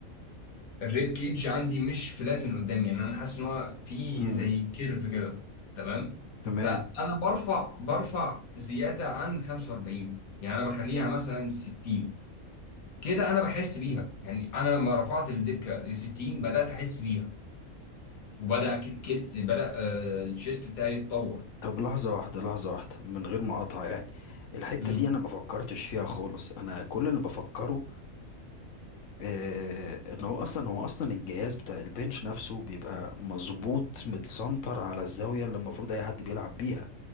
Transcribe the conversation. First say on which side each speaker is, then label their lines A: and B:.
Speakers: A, on the left (about 85°); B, on the left (about 65°).
A: الريب كيج عندي مش فلات من قدام يعني انا حاسس ان هو في
B: امم
A: زي كيرف كده تمام
B: تمام
A: فانا برفع برفع زياده عن 45 يعني انا بخليها مثلا 60 كده انا بحس بيها يعني انا لما رفعت الدكه ل 60 بدات احس بيها وبدا ك- كت بدا آه الشيست بتاعي يتطور
B: طب لحظة واحدة لحظة واحدة من غير ما اقاطع يعني الحتة
A: مم.
B: دي انا ما فكرتش فيها خالص انا كل اللي بفكره آه، ان هو اصلا هو اصلا الجهاز بتاع البنش نفسه بيبقى مظبوط متسنتر على الزاويه اللي المفروض اي حد بيلعب بيها